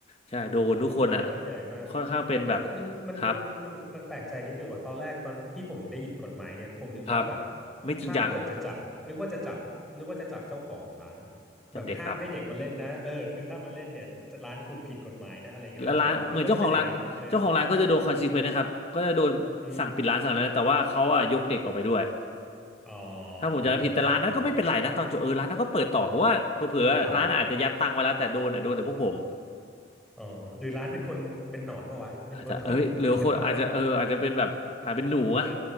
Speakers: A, on the left; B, in the centre.
A: ใช่โดนทุกคนอ่ะ
B: เรื่องใหญ่เรื่องใหญ่มาก
A: ค่อนข้างเป็นแบบ
B: ไม่แต่มันมันมันแต่มันมันแปลกใจนิดนึงว่าตอนแรกตอนที่ผมได้ยินกฎหมายเนี่ยผมนึกว่าแบบ
A: ครับครับไม่จริงจัง
B: ถ้าเกิดจะจับนึกว่าจะจับนึกว่าจะจับเจ้าของร้าน
A: กับเด็กครับ
B: แบบห้ามให้เด็กมาเล่นนะเออคือถ้ามาเล่นเนี่ยร้านคุณผิดกฎหมายนะอะไรเงี้ยแล้วก็จับเจ้านึกว่าจะเป็นอย่างนั้นเออ
A: แล้วร้านเหมือนเจ้าของร้านเจ้าของร้านก็จะโดนคอนซีเควนต์นะครับก็จะโดนสั่งปิดร้านสั่งอะไรนะแต่ว่าเขาอ่ะยกเด็กออกไปด้วย
B: อืม อ๋อ
A: ถ้าผมจำไม่ผิดแต่ร้านนั้นก็ไม่เป็นไรนะตอนจบเออร้านนั้นก็เปิดต่อเพราะว่าเผลอๆร้านอาจจะยัดตังค์ไว้แล้วแต่โดนอ่ะโดนแต่พวกผม
B: เอออ้าวอ๋อหรือร้านเป็นคนเป็นหนอนปะวะเป็นคนโทรเรียกปะวะ
A: อาจจะเอ้ยหรือคนอาจจะเอออาจจะเป็นแบบอาจเป็นหนูอะ
B: เออ